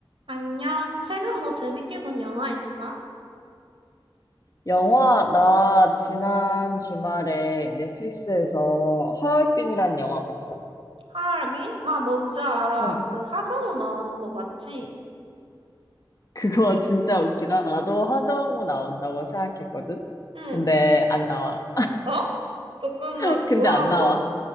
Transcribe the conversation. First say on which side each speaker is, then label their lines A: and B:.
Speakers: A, on the right (about 80°); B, on the left (about 40°).
A: 안녕. 최근 뭐 재밌게 본 영화 있어?
B: 영화, 나 지난 주말에 넷플릭스에서 하얼빈이란 영화 봤어.
A: 하얼빈? 나 뭔지 알아.
B: 어,
A: 그 하정우 나오는 거 맞지?
B: 그거 <laughs> 진짜 웃기다. 나도 하정우 나온다고 생각했거든.
A: 응.
B: 근데 안 나와.
A: 어? 잠깐만.
B: <laughs> 근데
A: 뭐라고?
B: 안 나와.